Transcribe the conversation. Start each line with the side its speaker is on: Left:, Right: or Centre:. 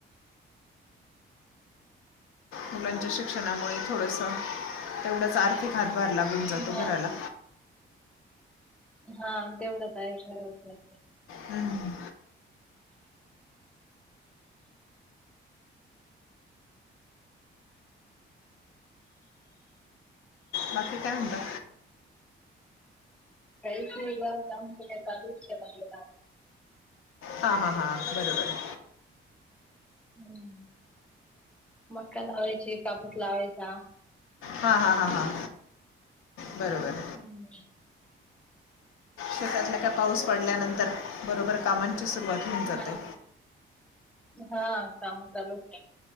Left: मुलांच्या शिक्षणामुळे थोडंसं तेवढाच आर्थिक हातभार लागून जातो
Centre: हा
Left: घराला.
Centre: हा तेवढंत आहेच करायचं लागतं.
Left: हं. बाकी, काय म्हणता?
Centre: काय केल? काम तर काय चालूच आहे. काम.
Left: हा-हा, हा, बरोबर.
Centre: हम्म. मक्का लावायची, कापूस लावायचा.
Left: हा-हा, हा-हा, बरोबर.
Centre: हम्-हम.
Left: शेतातल्या का? पाऊस पडल्यानंतर बरोबर कामांची सुरुवात होऊन जाते.
Centre: हा हा काम चालू.